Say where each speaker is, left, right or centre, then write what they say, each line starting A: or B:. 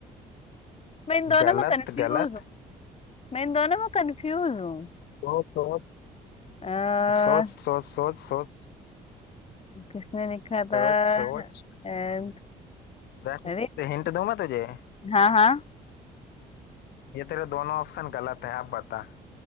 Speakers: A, on the left (about 35°); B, on the left (about 70°).
A: मैं इन दोनों
B: गलत
A: में कंफ्यूज
B: गलत
A: हूँ मैं इन दोनों में कंफ्यूज हूँ
B: सोच
A: अह,
B: सोच सोच सोच सोच
A: किसने लिखा
B: सोच
A: था
B: सोच
A: अह,
B: वैसे
A: अरे
B: हिंट दूं मैं तुझे
A: हाँ हाँ
B: ये तेरे दोनों ऑप्शन गलत हैं अब बता